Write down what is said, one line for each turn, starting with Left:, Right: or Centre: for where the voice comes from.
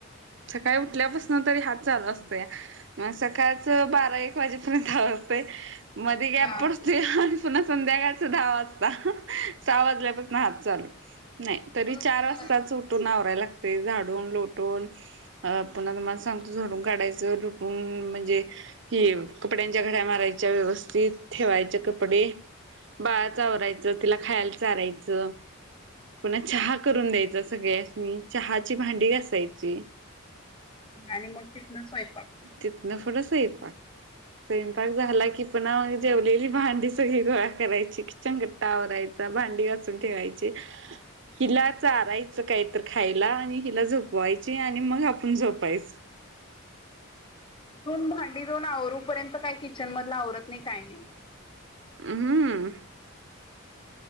Right: सकाळी उठल्यापासून तरी हात चालू असतय म सकाळच बारा एक वाजेपर्यंत आवरतय मध्ये गॅप
Left: हा
Right: पडतो आणि पुन्हा संध्याकाळच दहा वाजता सहा वाजल्यापासून हात चालू नाही तरी
Left: रोज
Right: चार वाजताच उठून आवरायला लागते झाड लोटून मला सांगतो झडून काढायचं म्हणजे हि कपड्यांच्या घड्या मारायच्या व्यवस्थित ठेवायचे कपडे बाळाचावरायचं तिला खायला चारायचं पुण चहा करून द्यायचं सगळ्यासनी चहाची भांडी घासायची
Left: आणि मग तिथन स्वयंपाक
Right: तिथंन पुढं स्वयंपाक स्वयंपाक झाला की पुन्हा मग जेवलेली भांडी सगळी गोळा करायची चगट्टा आवयचा भांडी वाचून ठेवायची हिला चारायचं काहीतर खायला आणि हिला झोपवायची आणि मग आपण झोपायचं
Left: तुम भांडी देऊन आवरूपर्यंत काही किचन मधला आवरत नाही काही नाही
Right: हम्